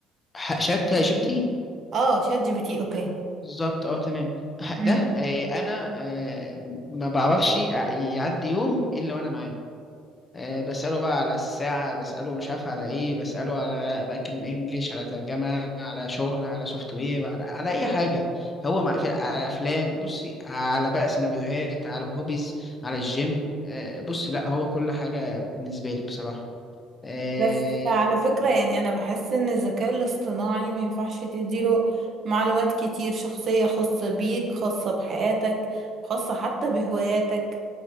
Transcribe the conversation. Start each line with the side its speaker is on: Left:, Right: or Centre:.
Left: ح- شات جي بي تي
Right: اه شات جي بي تي اوكي
Left: بالظبط اه تمام ه-
Right: مم.
Left: ده آه، انا آه، ما بعرفش يعدي يوم الا وانا معاه آه، بسأله بقى على الساعة بسأله مش عارف على ايه بسأله على بأكد من انجليش على ترجمة على شغل على سوفت وير على, على اي حاجة هو مع في على افلام بصي على بقى سيناريوهات على هوبيز على الجيم آه، بصي لا هو كل حاجة بالنسبة لي بصراحة آه،
Right: بس على فكرة يعني أنا بحس إن الذكاء الاصطناعي ما ينفعش تديله معلومات كتير شخصية خاصة بيك خاصة بحياتك خاصة حتى بهواياتك